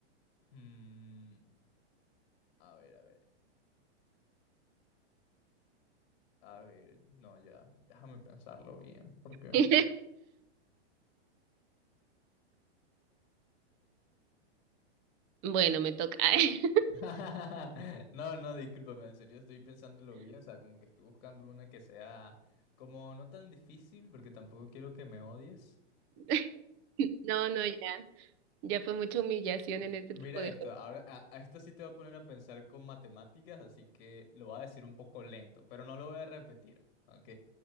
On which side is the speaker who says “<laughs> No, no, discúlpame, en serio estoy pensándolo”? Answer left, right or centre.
Left